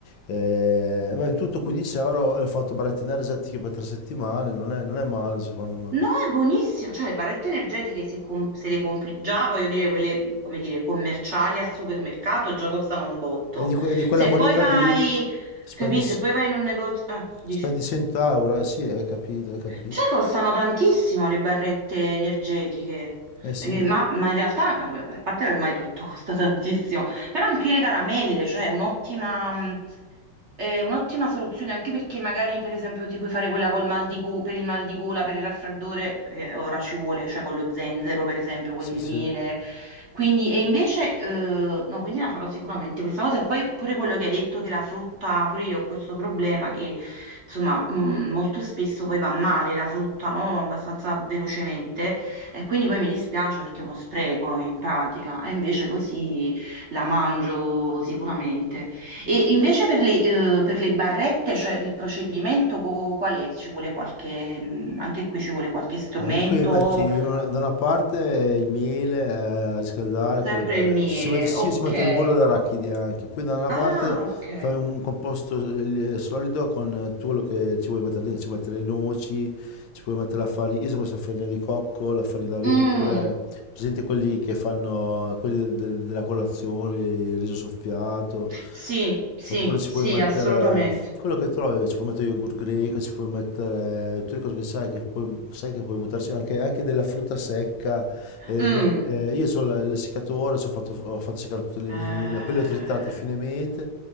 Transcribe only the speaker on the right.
No, è buonissimo, cioè le barrette energetiche se, com- se le compri già, voglio dire, quelle, come dire, commerciali al supermercato già costano un botto.
Se
poi vai,
capisci, se poi vai in un negozio, ah, dici.
Cioè, costano tantissimo le barrette energetiche,
Eh, ma, ma in realtà, vabbè, a parte ormai tutto <laughs> costa tantissimo, però anche le caramelle, cioè è un'ottima, mh, è un'ottima soluzione, anche perché magari per esempio ti puoi fare quella col mal di go- per il mal di gola, per il raffreddore, eh, ora ci vuole, cioè con lo zenzero per esempio, con
il
miele, quindi, e invece, eh, no, quindi la farò sicuramente questa cosa. E poi pure quello che hai detto che la frutta, pure io ho questo problema che, insomma, mh, molto spesso poi va male la frutta, no? Abbastanza velocemente. E quindi poi mi dispiace perché è uno spreco in pratica. E invece così la mangio sicuramente. E invece per le, eh, per le barrette, cioè il procedimento co- qual è? Ci vuole qualche, mh, anche qui ci vuole qualche strumento?
Sempre
il miele,
ok.
Ah,
ok.
Mm.
Sì, sì,
sì,
assolutamente.
Mm.
Eh,